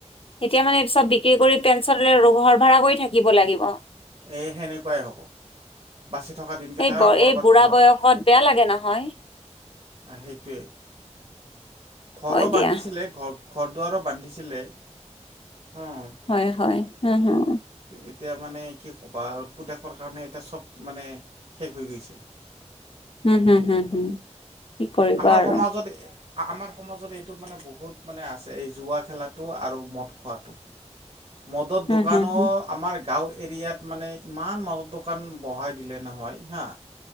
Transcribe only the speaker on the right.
এই সেনেকুৱাই হ'ব বাচি থকা দিনকেইটা
ক'ৰবাত
ঘৰ
অ, সেইটোৱেই। ঘৰো
বান্ধিছিলে
ঘৰ, ঘৰ দুৱাৰো বান্ধিছিলে হুম।
এতিয়া মানে কি ক'বা আৰু পুতেকৰ কাৰণে এতিয়া চব মানে শেষ হৈ গৈছে।
আমাৰ
সমাজত আমাৰ সমাজত এইটো মানে বহুত মানে আছে এই জুৱা খেলাটো আৰু মদ খোৱাটো।
মদত দোকানৰ
আমাৰ গাঁও এৰিয়াত মানে ইমান মদৰ দোকান বঢ়াই দিলে নহয় হা।